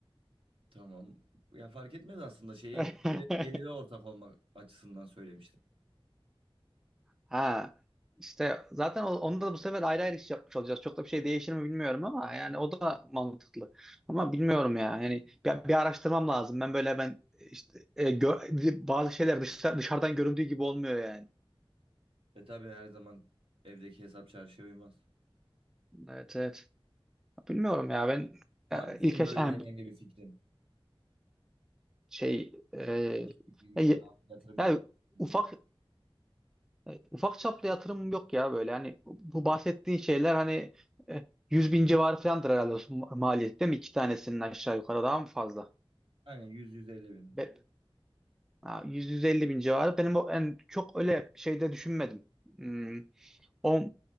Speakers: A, on the right; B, in the centre.
A: Tamam. Ya fark etmez aslında şeyi
B: <laughs>
A: geliri, geliri ortak olmak açısından söylemiştim.
B: Ha işte zaten o- onda da bu sefer ayrı ayrı iş yapmış olacağız. Çok da bir şey değişir mi bilmiyorum ama yani o da mantıklı. Ama bilmiyorum ya. Yani bir, bir araştırmam lazım. Ben böyle ben işte e, gö- bazı şeyler dışarı, dışarıdan göründüğü gibi olmuyor yani.
A: E tabii her zaman evdeki hesap çarşıya uymaz.
B: Evet evet. Bilmiyorum ya ben
A: Var
B: ya
A: mı
B: ilk
A: senin
B: yaş
A: böyle
B: yani
A: herhangi bir fikrin?
B: şey e,
A: Fikrin
B: ya,
A: ya
B: ye-
A: da yatırım
B: ya
A: yapmak istediğin
B: ufak
A: yere?
B: e, ufak çaplı yatırım yok ya böyle hani bu bahsettiğin şeyler hani e, 100 bin civarı falandır herhalde o maliyet değil mi? İki tanesinin aşağı yukarı daha mı fazla?
A: Aynen 100-150 bin.
B: Be, ha, 100-150 bin civarı benim o en çok öyle şeyde düşünmedim. Hmm, O,